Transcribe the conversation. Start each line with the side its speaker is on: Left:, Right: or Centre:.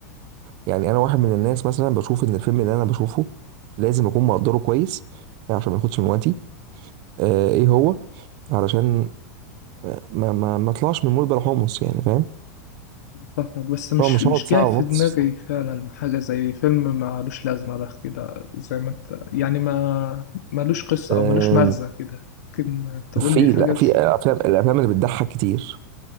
Right: يعني انا واحد من الناس مثلا بشوف ان الفيلم اللي انا بشوفه لازم اكون مقدره كويس عشان ما ياخدش من وقتي آه ايه هو علشان آه، ما ما ما اطلعش من مود بلا حمص يعني فاهم
Left: فاهمك بس مش
Right: هو مش
Left: مش
Right: هقعد ساعه
Left: جاي في
Right: ونص
Left: دماغي فعلا حاجة زي فيلم مالوش لازمة ده كده زي ما أنت يعني ما مالوش قصة
Right: آه
Left: أو مالوش مغزى كده ممكن تقول
Right: في
Left: لي حاجة
Right: لا
Left: ز-
Right: في افلام الافلام اللي بتضحك كتير